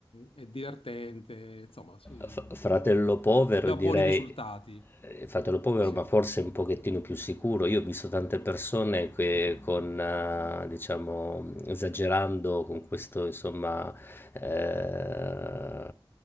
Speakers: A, on the left; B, on the left.
A: è divertente, insomma, sì,
B: F- Fratello povero,
A: dà
B: direi,
A: buoni risultati.
B: eh, fratello povero,
A: Sì.
B: ma forse un pochettino più sicuro. Io ho visto tante persone che con, eh, diciamo, esagerando con questo, insomma, eh,